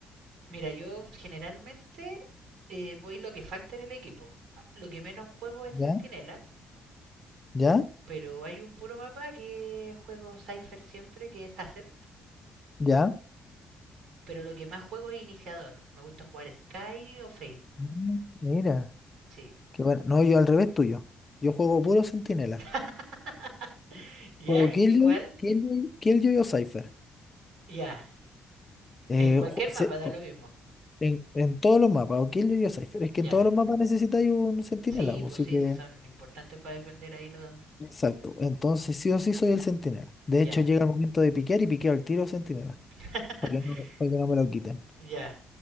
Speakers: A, on the right; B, on the left.
A: Mira, yo generalmente eh, voy lo que falta en el equipo. Ah, Lo que menos juego es
B: ¿Ya?
A: Centinela,
B: ¿Ya?
A: pero hay un puro mapa que juego Cypher siempre, que es Ascent.
B: ¿Ya?
A: Pero lo que más juego es Iniciador. Me gusta jugar Sky o Fade.
B: Mm, Mira,
A: Sí.
B: qué bueno. No, yo al revés tuyo. Yo juego puro centinela.
A: <laughs> ¿Ya?
B: Juego
A: ¿Y,
B: Killjoy,
A: y cuál?
B: Killjoy, Killjoy o Cypher.
A: Ya.
B: Eh,
A: En cualquier
B: ju- se-
A: mapa da
B: o-
A: lo mismo.
B: en, en todos los mapas, o Killjoy o Cypher. Es que
A: Ya.
B: en todos los mapas necesitáis un centinela,
A: Sí,
B: pues,
A: pues
B: así
A: sí,
B: que.
A: sí son importantes para defender ahí los...
B: Exacto. Entonces, sí o sí soy el centinela. De
A: Ya.
B: hecho, llega el momento de piquear y piqueo el tiro centinela.
A: <laughs>
B: Para que no, para que no me lo quiten.
A: Ya.